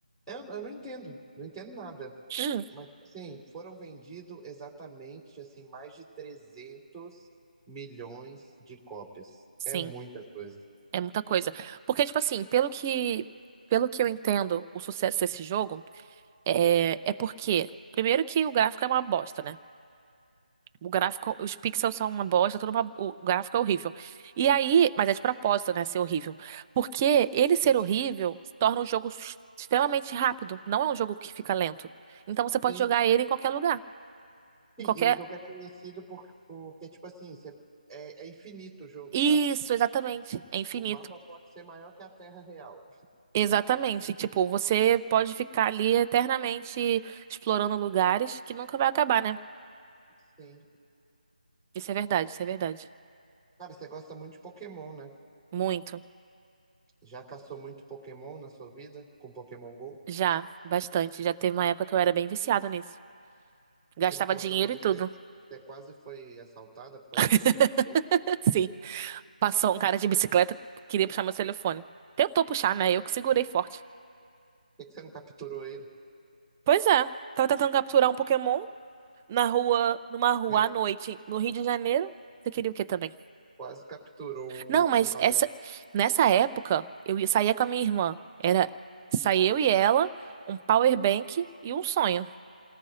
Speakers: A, in the centre; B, on the right (about 15°).
A: Eu, eu não entendo, não entendo nada.
B: Hum,
A: Mas, assim, foram vendidos exatamente, assim, mais de trezentos milhões de cópias.
B: sim,
A: É muita coisa.
B: é muita coisa. Porque, tipo assim, pelo que, pelo que eu entendo, o sucesso desse jogo é, é porque, primeiro que o gráfico é uma bosta, né? O gráfico, os pixels são uma bosta, tudo uma- o gráfico é horrível. E aí, mas é de propósito, né, ser horrível. Porque ele ser horrível torna o jogo s- extremamente rápido. Não é um jogo que fica lento. Então você pode
A: Sim,
B: jogar ele em qualquer lugar,
A: sim,
B: em qualquer.
A: e o jogo é conhecido por, porque, tipo assim, você- é, é infinito o jogo,
B: Isso,
A: sabe?
B: exatamente. É infinito.
A: O mapa pode ser maior que a Terra real.
B: Exatamente. Tipo, você pode ficar ali eternamente explorando lugares que nunca vai acabar, né?
A: Sim.
B: Isso é verdade, isso é verdade.
A: Cara, você gosta muito de Pokémon, né?
B: Muito.
A: Já caçou muito Pokémon na sua vida com Pokémon Go?
B: Já, bastante. Já teve uma época que eu era bem viciada nisso. Gastava
A: Você me contou
B: dinheiro
A: uma vez
B: e tudo.
A: que você, você quase foi assaltada por causa
B: <laughs>
A: do Pokémon Go. Por
B: Sim. Passou um cara de bicicleta, queria puxar meu telefone. Tentou puxar, né? Eu que segurei forte.
A: que que você não capturou ele?
B: Pois é, tava tentando capturar um Pokémon na rua, numa rua
A: <laughs>
B: à noite, no Rio de Janeiro. Você queria o quê também?
A: Quase capturou um,
B: Não, mas
A: um ladrão.
B: essa nessa época eu ia- saía com a minha irmã. Era saía eu e ela, um power bank e um sonho.